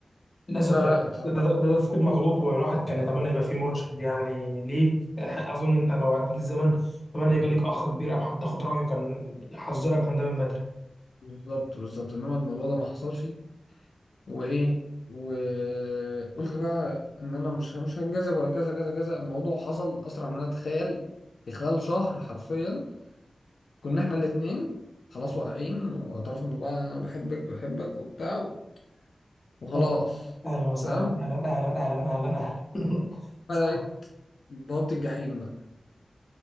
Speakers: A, on the left (about 35°); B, on the left (about 80°).
A: للاسف
B: فتعرفت
A: يعني ده, ده, ده, ده تفكير مغلوط والواحد كان يتمنى يبقى فيه مرشد يعني ليه <laughs> اظن انت لو عاد بيك الزمن اتمنى يبقى ليك اخ كبير او حد تاخد رايه كان يحذرك من ده من بدري
B: بالظبط بالظبط إنما الموضوع ده ما حصلش وإيه وقلت بقى إن أنا مش مش هنجذب ولا كذا كذا كذا الموضوع حصل أسرع من أنا أتخيل في خلال شهر حرفيا كنا إحنا الاتنين خلاص واقعين واعترفنا لبعض أنا بحبك بحبك وبتاع وخلاص
A: اهلا اهلا وسهلا
B: تمام
A: اهلا اهلا اهلا اهلا اهلا <laughs>
B: بدأت
A: صح
B: بوابة الجحيم بقى